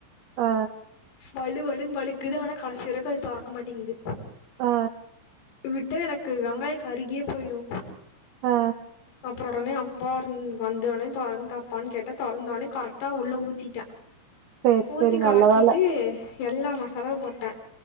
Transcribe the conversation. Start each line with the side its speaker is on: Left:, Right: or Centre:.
Right: ஆ
Left: வழுவழுன்னு வழுக்குது ஆனா கடைசி வரைக்கு அது தொறக்க மாட்டேங்குது.
Right: ஆ
Left: விட்டா எனக்கு வெங்காயோ கருகியே போயிரு.
Right: ஆ
Left: அப்புறோ உடனே அப்பா இருந் வந்தவுடனே தொறந்து தாப்பான்னு கேட்டே தொறந்தோடனே கரெக்டா உள்ள ஊத்திட்டே.
Right: சேரி
Left: ஊத்தி
Right: சேரி
Left: கலக்கிட்டு
Right: நல்ல வேல
Left: எல்லா மசாலாவு போட்டே